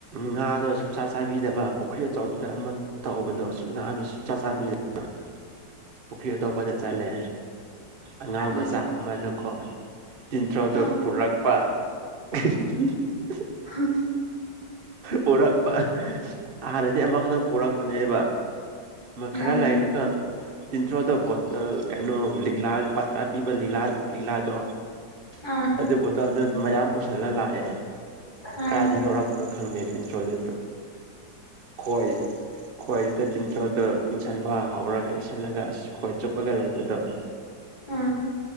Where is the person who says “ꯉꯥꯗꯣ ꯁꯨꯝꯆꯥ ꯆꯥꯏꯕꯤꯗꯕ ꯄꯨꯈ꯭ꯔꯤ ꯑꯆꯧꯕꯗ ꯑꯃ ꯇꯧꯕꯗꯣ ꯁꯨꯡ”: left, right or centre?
Right